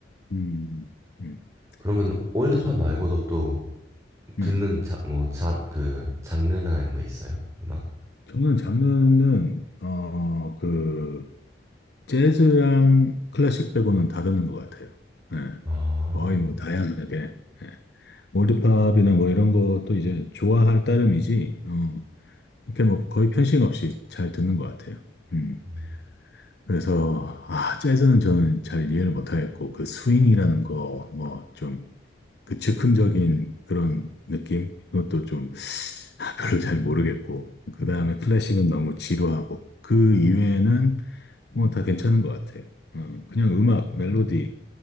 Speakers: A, on the left; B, on the right.
A: 음, 음.
B: 그러면 올드팝
A: 대신,
B: 말고도 또
A: 네.
B: 듣는 자, 뭐 자, 그 장르나 이런 게 있어요 음악
A: 저는 장르는 어그 재즈랑 클래식 빼고는 다 듣는 것 같아요. 예.
B: 아
A: 거의 뭐 다양하게. 예. 올드팝이나 뭐 이런 것도 이제 좋아할 따름이지, 어, 이렇게 뭐 거의 편식 없이 잘 듣는 것 같아요. 음.
B: 음,
A: 그래서, 아, 재즈는 저는 잘 이해를 못하겠고, 그 스윙이라는 거, 뭐 좀, 그 즉흥적인 그런 느낌? 그것도 좀 <laughs> 별로 잘 모르겠고, 그 다음에 클래식은 너무 지루하고, 그 이외에는 뭐 다 괜찮은 것 같아. 어, 그냥 음악, 멜로디,